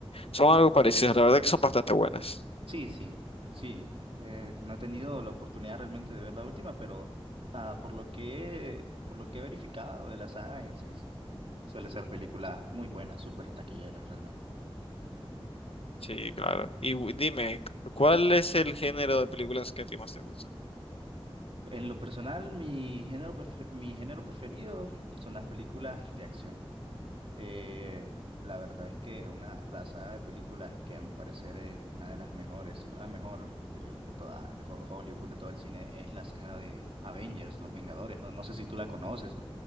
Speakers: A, on the left; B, on the right.
A: son algo parecidas, la verdad que son bastante buenas.
B: Sí, sí, sí. eh, no he tenido la oportunidad realmente de ver la última, pero ah, por lo que, por lo que he verificado de la saga en sí, sí, suele ser película muy buena, súper taquillera realmente.
A: Sí, claro. Y gu- dime, ¿cuál es el género de películas que a ti más te gusta?
B: En lo personal, mi género, prefe- mi género preferido son las películas de acción. Eh, la verdad es que una, la saga de películas que a mi parecer es una de las mejores, si no la mejor del- de toda de Ho- Hollywood, de todo el cine, es la saga de Avengers, Los Vengadores. No, no sé si tú la conoces o